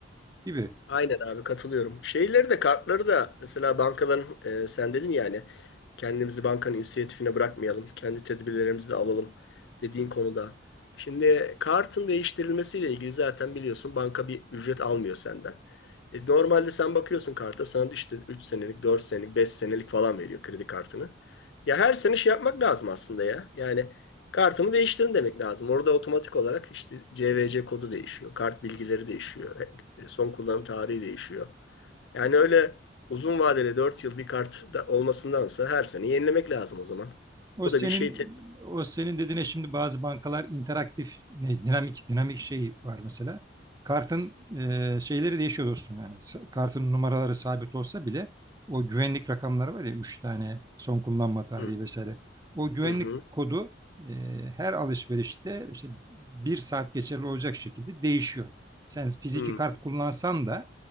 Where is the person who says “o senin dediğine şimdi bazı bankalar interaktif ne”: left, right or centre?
Right